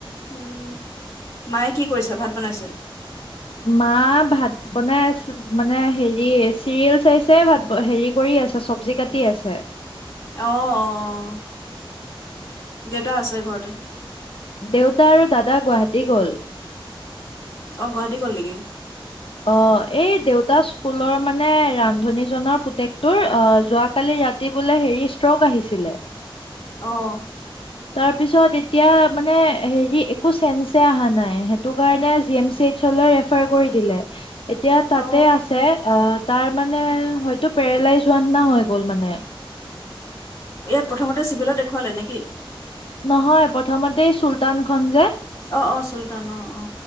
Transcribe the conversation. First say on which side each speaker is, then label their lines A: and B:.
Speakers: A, on the left (about 30°); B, on the left (about 75°).
A: উম, মায়ে কি কৰিছে ভাত বনাইছে?
B: মা ভাত বনাই আছ মানে হেৰি চিৰিয়েল চাইছে ভাত হেৰি কৰি আছে চব্জি কাটি আছে।
A: অ', অ', অ', দেউতা আছে ঘৰতে
B: দেউতা আৰু দাদা গুৱাহাটী গ'ল
A: অ', গুৱাহাটী গ'ল নিকি?
B: অ', এই দেউতাছ্ স্কুলৰ মানে ৰান্ধনীজনৰ পুতেকটোৰ অ যোৱাকালি ৰাতি বোলে হেৰি ষ্ট্ৰক আহিছিলে।
A: অ',
B: তাৰপিছত এতিয়া মানে হেৰি একো চেন্সে আহা নাই। সেইটো কাৰণে জি এম চি এইচলৈ ৰা ৰেফাৰ কৰি দিলে। এতিয়া
A: অ
B: তাতে আছে। আ', তাৰ মানে হয়তো পেৰেলাইজ হোৱা নিচিনা হৈ গ'ল মানে
A: ইয়াত প্ৰথমতে চিভিলত দেখুৱালে নেকি
B: নহয় প্ৰথমতে এএ চুলতানখন যে
A: অ', অ, চুলতান অ, অ,